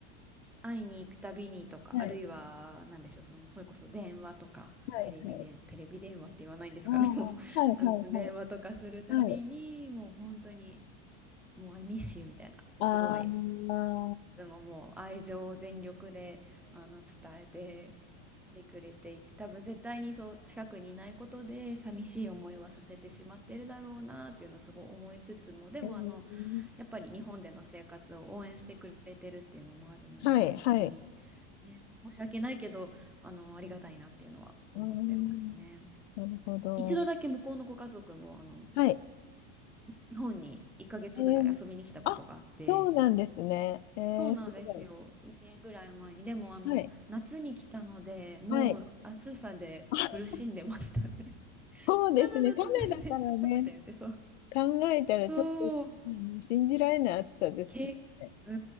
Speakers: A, in the centre; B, on the left.
A: 会いに行くたびにとか、
B: はい、
A: あるいは、なんでしょう、その、それこそ電話とか、
B: はい、
A: テレビ電、
B: はい、
A: テレビ電話って言わないんですかね、
B: ああはい、
A: <laughs> もう、<laughs> あの、
B: はい、は
A: 電話とかするたびに、
B: い、はい、
A: もう本当に、もう、I miss you みたいな、
B: ああ
A: すごい、でももう愛情を全力で、あの、伝えて、てくれていて、多分絶対にそう、近くにいないことで、寂しい思いはさせてしまってるだろうなっていうのはすごい思いつつも、でも、
B: えー
A: あの、やっぱり日本での生活を応援してくれてるっていうのもあるので、
B: はい、
A: 本当に、
B: はい。はいえーはいはい
A: ね、申し訳ないけど、あの、ありがたいなっていうのは思ってますね。
B: うーん、なるほど。
A: 一度だけ向こうのご家族も、あの、
B: はい。
A: 日本に1ヶ月ぐらい遊びに来たことがあって、
B: えー、あ、そうなんですね。えー、
A: そうなんですよ。
B: すごい。
A: 2年ぐらい前に。でも、あの、
B: はい。
A: 夏に来たので、もう暑さで苦しんでましたね。
B: はい。あ、
A: <laughs>
B: そうですね。
A: カナダと全然違うって言ってそう。
B: カナダからね、考えたらちょっと、
A: そう。
B: あの信じられない暑さですね。
A: け、う